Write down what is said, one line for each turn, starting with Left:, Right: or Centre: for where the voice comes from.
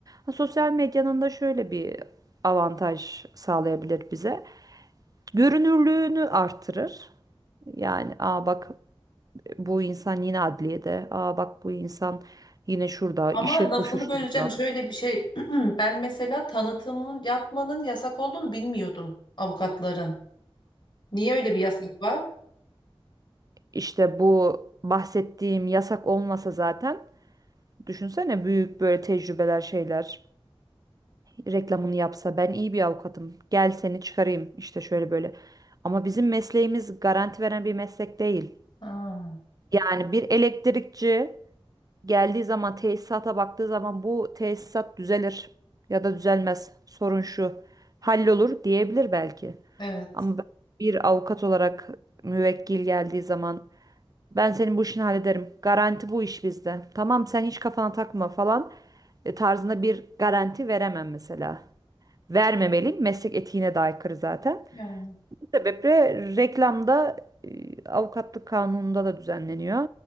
Right: Ha, sosyal medyanın da şöyle bir avantaj sağlayabilir bize. Görünürlüğünü artırır. Yani aa bak bu insan yine adliyede, aa bak bu insan yine şurada
Left: Ama
Right: işe
Left: lafını
Right: koşuşturuyor.
Left: böleceğim şöyle bir şey. <clears throat> Ben mesela tanıtımın yapmanın yasak olduğunu bilmiyordum avukatların. Niye öyle bir yasak var?
Right: İşte bu bahsettiğim yasak olmasa zaten düşünsene büyük böyle tecrübeler şeyler reklamını yapsa ben iyi bir avukatım gel seni çıkarayım işte şöyle böyle. Ama bizim mesleğimiz garanti veren bir meslek değil.
Left: Ha,
Right: Yani bir elektrikçi geldiği zaman tesisata baktığı zaman bu tesisat düzelir ya da düzelmez sorun şu hallolur diyebilir belki.
Left: evet.
Right: Ama ben bir avukat olarak müvekkil geldiği zaman Ben senin bu işini hallederim. Garanti bu iş bizde. Tamam sen hiç kafana takma falan e, tarzında bir garanti veremem mesela. Vermemeliyim. Meslek etiğine de aykırı zaten.
Left: Yani.
Right: Bu sebeple reklamda e, avukatlık kanununda da düzenleniyor.